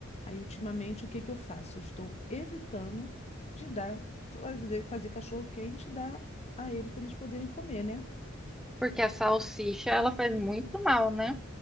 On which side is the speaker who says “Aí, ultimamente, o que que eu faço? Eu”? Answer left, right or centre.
Left